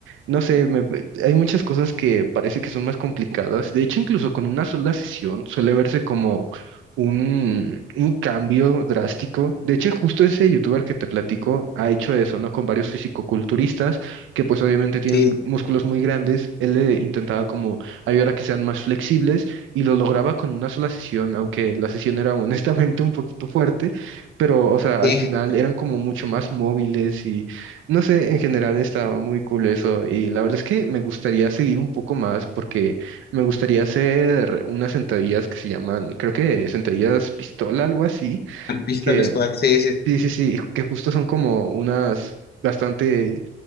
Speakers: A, on the right; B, on the left.
A: no sé, me- hay muchas cosas que parece que son más complicadas. De hecho, incluso con una sola sesión suele verse como un, un cambio drástico. De hecho, justo ese youtuber que te platico ha hecho eso, ¿no? Con varios fisicoculturistas que pues obviamente tienen
B: sí,
A: músculos muy grandes. Él le intentaba como ayudar a que sean más flexibles y lo lograba con una sola sesión, aunque la sesión era <laughs> honestamente un poquito fuerte, pero o sea,
B: sí.
A: al final eran como mucho más móviles y no sé, en general estaba muy cool eso y la verdad es que me gustaría seguir un poco más porque... Me gustaría hacer unas sentadillas que se llaman, creo que sentadillas pistola, algo así,
B: Pistol
A: que
B: Squad, sí, sí.
A: sí,
B: sí.
A: sí, sí, que justo son como unas bastante,